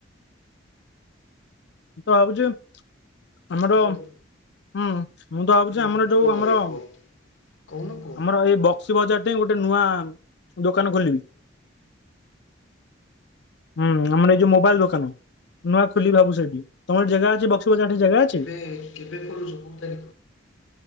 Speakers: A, on the left; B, on the left.
A: ମୁଁ ତ ଭାବୁଚି ଆମର
B: ହ୍ୟାଲୋ।
A: ହୁଁ- ମୁଁ ତ ଭାବୁଚି
B: ହୁଁ
A: ଆମର ଯଉ
B: କୁହ
A: ଆମର
B: ଭାଇ କୁହ। କହୁନ କୁହ। ହୁଁ
A: ଆମର ଏଇ ବକ୍ସି ବଜାର ଟେ ଗୋଟେ ନୂଆ ଦୋକାନ ଖୋଲିବି। ହୁଁ ଆମର ଏ ଯଉ ମୋବାଇଲ୍ ଦୋକାନ।
B: ହୁଁ
A: ନୂଆ ଖୋଲିବି ଭାବୁଚି ସେଠି। ତମର ଜାଗା ଅଛି ବକ୍ସି ବଜାର
B: ହଁ
A: ଟି ଜାଗା ଅଛି?
B: <inaudible>